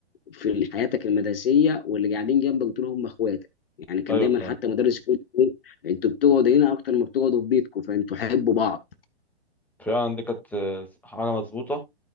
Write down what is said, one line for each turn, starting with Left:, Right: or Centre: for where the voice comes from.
Left: في حياتك المدرسيه واللي قاعدين جنبك دول هم اخواتك يعني كان
Centre: ايوه
Left: دايما
Centre: فعلا
Left: حتى مدرس يقول إيه، انتوا بتقعدوا هنا اكتر ما بتقعدوا في بيتكم فانتوا حبوا بعض
Centre: فعلا دي كانت آه، حاجه مظبوطه